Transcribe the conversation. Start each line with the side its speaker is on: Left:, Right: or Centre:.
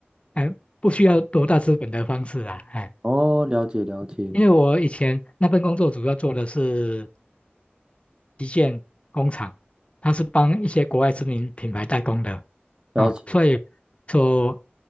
Left: 哎不需要多大资本的方式啊，哎，
Right: 哦，了解了解
Left: 因为我以前那份工作主要做的是旗舰工厂，它是帮一些国外知名品牌代工的
Right: 了解，
Left: 啊，所以说，